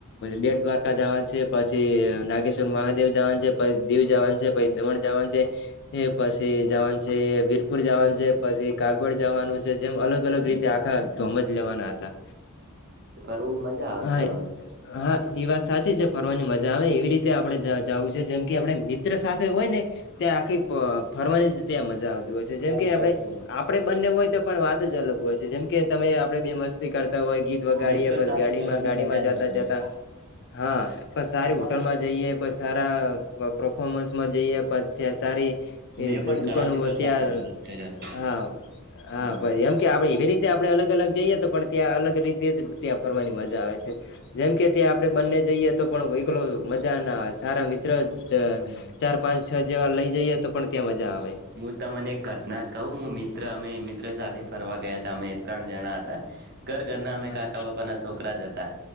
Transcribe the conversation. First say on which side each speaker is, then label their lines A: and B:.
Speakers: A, on the left; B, on the right.
A: બેટ દ્વારકા જવાનું છે પછી નાગેશ્વર મહાદેવ જવાનું છે પછી દીવ જવાનું છે પછી દમણ જવાનું છે એ પછી જવાનું પછી વીરપુર જવાનું છે પછી કાગડ જવાનું છે જેમ અલગ અલગ રીતે આખા ધોમજ લેવાના હતા.
B: બ મજા આવે
A: હા
B: ફરવાવામાં.
A: હા એ વાત સાચી છે ફરવાની મજા આવે એવી રીતે આપડે જ જાવું છે જેમ કે આપડે મિત્ર સાથે હોય ને ત્યાં આખી પ ફરવાની જ ત્યાં મજા આવતી હોય છે જેમ
B: વાત
A: કે આપણે
B: સાચી
A: આપડે બંને હોય તો. પણ વાત જ અલગ હોય છે જેમ કે તમે આપડે બે મસ્તી કરતા હોય ગીત વગાડીએ
B: મિત્રો
A: ગાડીમાં
B: સાથે ફરવાની
A: ગાડીમાં
B: મજા
A: જતા
B: જ અલગ
A: જતા
B: હોય
A: હા પ સારી
B: તમારી
A: હોટલમાં જઈએ છ સારા પરફોમન્સ માં જઈએ પછ સારી. એ
B: મેં પણ
A: દુકાનો
B: ઘણા મિત્રો
A: અત્યાર
B: સાથે પ્રવાસ કર્યો છે
A: આ
B: હમ
A: આ એમ કે એવી રીત. તે આપણે અલગ અલગ જઈએ તો પણ ત્યાં અલગ રીતે જ. ત્યાં ફરવાની મજા આવે છે જેમ કે ત્યાં આપણે બંને જઈએ તો પણ એકલો મજા ના આવે સારા મિત્ર.
B: હમ
A: ચાર પાંચ છ જેવા લઈ જઈએ તો પણ ત્યાં મજા આવે
B: મું તમને એક ઘટના કહું હું મિત્ર. અમે મિત્ર સાથે ફરવા ગયા હતા અમે ત્રણ જણા હતા. ઘર ઘરના અમે
A: હા
B: કાકા બાપા ના છોકરા જ હતા